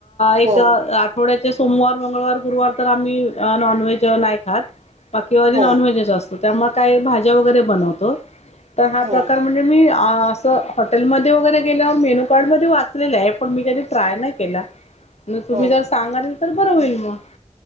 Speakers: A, on the left (about 65°); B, on the right (about 80°).
A: एक
B: हो
A: थोड्याचे सोमवार, मंगळवार, गुरुवार तर आम्ही नॉनव्हेज नाही खात. बाकीवारी
B: हो
A: नॉनव्हेजचा असतो त्यामुळे काही भाज्या वगैरे बनवतो तर हा
B: हो
A: प्रकार
B: का
A: म्हणजे मी असं हॉटेलमध्ये वगैरे गेल्यावर मेनू कार्डमध्ये वाचलेलं आहे पण मी कधी ट्राय नाही केला म तुम्ही
B: हो
A: जर सांगाल तर बरं होईल मग